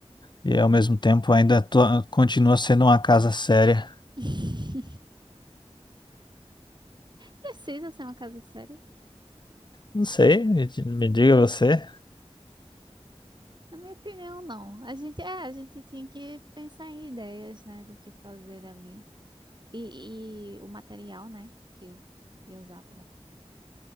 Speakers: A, on the left (about 40°); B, on the right (about 40°).
A: E ao
B: É.
A: mesmo tempo ainda tô- continua sendo uma casa séria.
B: <laughs> Precisa ser uma casa séria?
A: Não sei, me, di- me diga você.
B: Na minha opinião, não. A gente, é, a gente tinha que pensar em ideias, né, do que fazer ali. E, e o material, né, que ia usar pra...